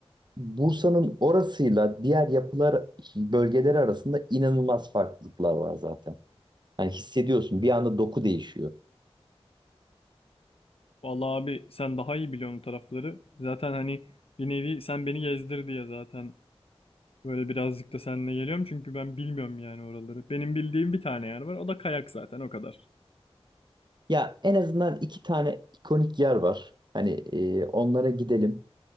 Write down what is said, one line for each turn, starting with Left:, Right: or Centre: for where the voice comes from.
Right: Bursa'nın orasıyla diğer yapılar bölgeleri arasında inanılmaz farklılıklar var zaten. Hani hissediyorsun bir anda doku değişiyor.
Left: Vallahi abi sen daha iyi biliyorsun o tarafları. Zaten hani bir nevi sen beni gezdir diye zaten Böyle birazcık da seninle geliyorum çünkü ben bilmiyorum yani oraları. Benim bildiğim bir tane yer var. O da kayak zaten o kadar.
Right: Ya en azından iki tane ikonik yer var. Hani eee, onlara gidelim.